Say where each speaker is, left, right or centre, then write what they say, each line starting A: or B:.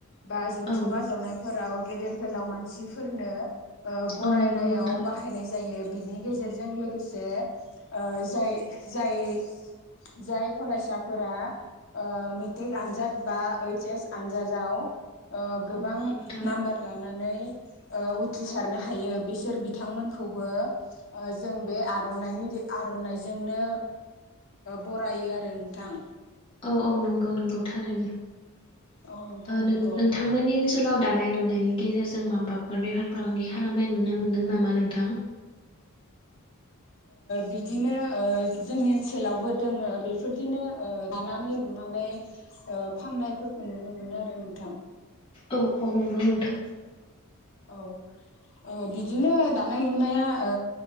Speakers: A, on the left (about 60°); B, on the left (about 25°).
A: बा जथुम्मा
B: औ
A: जनाय फोराव गेदेर गोलाव मानसिफोरनो बरायनायाव
B: औ नंगौ नोंथां
A: बाहायनाय जायो बिनि गेजेरजों लोगोसे ओ जाय जाय जाय फरायसाफोरा ओ मेट्रिक आनजाद बा ओइस एस आनजादाव गोबां
B: औ नंगौ नोंथां
A: नाम्बार लानानै उथ्रिसारनो हायो बिसोर बिथांमोनखौबो जों बे आर'नाइनि आर'नाइजोंनो बरायो आरो नोंथां
B: औ औ नंगौ नंगौ थारैनो
A: औ नोंथां नंगौ
B: नोंथांमोननि ओनसोलाव दानाय लुनायनि गेजेरजों माबाफोर बेफार फालांगि खालामनाय नुनो मोनदों नामा नोंथां
A: बिदिनो जोंनि ओनसोलावबो दोङो बेफोरदिनो दानानै थांनानै फाननायफोरखौ नुनो मोनो आरो नोंथां
B: औ औ नोंगौ नोंथां
A: औ अ बिदिनो दानाय लुनाया ओ